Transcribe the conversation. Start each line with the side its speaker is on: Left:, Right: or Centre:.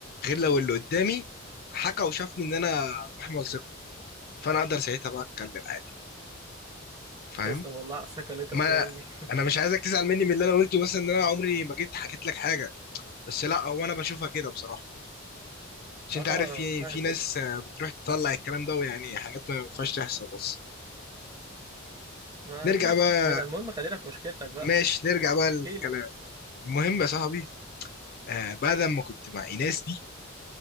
Left: غير لو اللي قدامي حكى وشافني ان انا محمل ثقه فانا اقدر ساعتها بقى اتكلم عادي فاهم
Right: تسلم والله على الثقة اللي انت
Left: ما
Right: مديها لي دي
Left: انا مش عايزك تزعل مني من اللي انا قلته مثلا ان انا عمري ما جيت حكيت لك حاجه بس لا هو انا بشوفها كده بصراحه
Right: <laughs>
Left: عشان
Right: اه
Left: انت
Right: طبعا
Left: عارف
Right: انا
Left: في
Right: متفاهم
Left: في
Right: كده
Left: ناس آه، بتروح تطلع الكلام ده ويعني حاجات ما ينفعش تحصل بس
Right: ما
Left: نرجع
Right: دي ناس
Left: بقى
Right: فك منها المهم خلينا في مشكلتك بقى
Left: ماشي نرجع بقى للكلام
Right: احكي لي
Left: المهم يا صاحبي آه بعد ما كنت مع ايناس دي